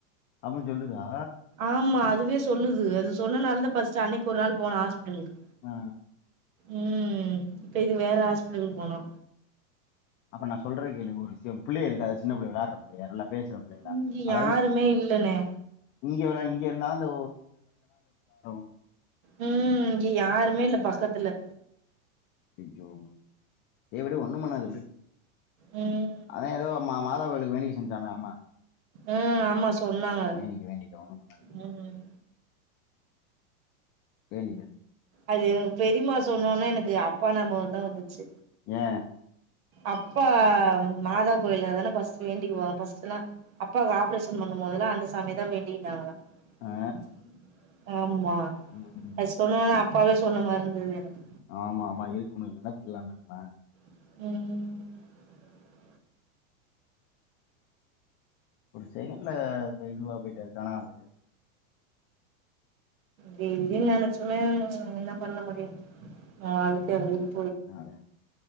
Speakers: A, on the left; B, on the right.
A: அப்பிடின்னு சொல்லுதா
B: ஆமா அதுவே சொல்லுது அது சொன்னனாலதா ஃபஸ்ட்டு அன்னக் கி ஒரு நாள் போனோ ஆஸ்பிட்டலுக்கு
A: ஆ
B: ம் இப்ப இது வேற ஆஸ்பிட்டலுக்கு போனோ
A: இப்ப நா சொல்ற கேளு ஒரு விஷயோ பிள்ளைக இருக்கா அதாது சின்ன பிள்ளைக வெளாடற பிள்ளைக நல்லா பேசுற பிள்ளைகளா?
B: இங்க
A: அதாவது
B: யாருமே இல்லண்ணே
A: இங்க வேண்டா இங்க இருந்தா அந்த <unintelligible>
B: ம் இங்க யாருமே இல்ல பக்கத்துல
A: ஐயயோ சேரி விடு ஒண்ணும் பண்ணாது விடு
B: ம்
A: அதா ஏதோ மாப் மாதாவளுக்கு வேணிக்க செஞ்சானா அம்மா
B: ம் ஆமா ஸ் சொன்னாங்க
A: வேண்டிக்க வேண்டிக்க ஒண்ணும் பண்ணாது
B: ம் ம்
A: வேண்டிக்க
B: அது பெரியமா சொன்ன ஒன்னே எனக்கு அப்பா நாபகந்தா வந்துச்சு
A: ஏ
B: அப்பா மாதா கோயில்லதான பஸ்ட் வேண்டிக்குவோ பஸ்ட்டுளா அப்பாவுக்கு ஆப்ரேஷன் பண்ணும் போதுல்லா அந்த சாமியதா வேண்டிக்கிட்டாங்களா
A: ஆ?
B: ச்சா ஆம் மா
A: ம்.
B: அது சொல்லலன்னா ப் அப்பாவே சொன்ன மார் இருந்துது எனக்கு
A: ஆமா ஆமா இருக்குமே நெனப்பு இல்லாம இருக்குமா
B: ம் ம் ம்
A: ஒரு செகண்ட்ல ஆ இதுவா போயிட்டாரு காணாம போயிட்டாரு
B: டெய்லியு நெனைச்சுமே என்ன பண்ண முடியு வாழ்க்க அவ்ளோதா
A: அது